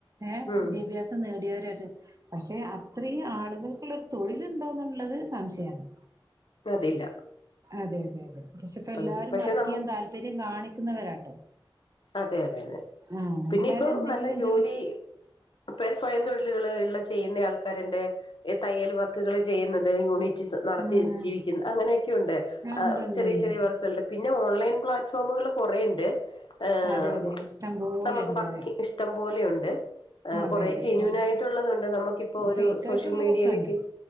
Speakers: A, on the right; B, on the left.
A: ഏഹ്
B: ഉം
A: വിദ്യാഭ്യാസ- നേടിയവരായി- പക്ഷെ അത്രയും ആളുകൾക്കുള്ളൊരു തൊഴിലുണ്ടോന്നുള്ളത് സംശയമാണ്.
B: അതില്ല
A: അതെ അതെ അതെ പക്ഷെ ഇപ്പ എല്ലാരും
B: അ പക്ഷെ
A: വർക്ക്
B: നമുക്ക്
A: ചെയ്യാൻ താല്പര്യം കാണിക്കുന്നവരാട്ടോ.
B: അതെ അതെ അതെ
A: ആഹ്
B: പിന്നെ
A: എല്ലാരും
B: ഇപ്പോ
A: എന്തെങ്കിലും
B: നല്ല ജോലി- ഇപ്പ സ്വയം തൊഴിലുകള് ഉള്ള ചെയ്യുന്ന ആൾക്കാരുണ്ട്. തയ്യൽ വർക്കുകൾ ചെയ്യുന്നത് യൂണിറ്റ്- നടത്തി
A: ഉം
B: ജീവിക്കുന്ന അങ്ങനെയൊക്കെ ഒണ്ട്
A: ആഹ് ഉണ്ട് ഉണ്ട്
B: ചെറിയ
A: ഉണ്ട്
B: ചെറിയ വർക്ക്- ഒണ്ട് പിന്നെ ഓൺലൈൻ പ്ലാറ്റ്ഫോമുകൾ കൊറെയൊണ്ട്. ആഹ
A: അതെ അതെ ഇഷ്ടം പോലെ
B: ഇപ്പൊ നമുക്ക്
A: ഉണ്ട്
B: വർക്ക്
A: അതെ
B: ഇഷ്ടം പോലെയുണ്ട് ആ
A: അതെ
B: കൊറെ ജെനുവിൻ
A: അതെ
B: ആയിട്ടുള്ളത് ഇണ്ട് നമുക്കിപ്പോ ഒരു
A: ഫേക്ക്
B: സോഷ്യൽ
A: ആയിട്ടുള്ളതൊക്കെ
B: മീഡിയയിലേക്ക്-
A: ഉണ്ട്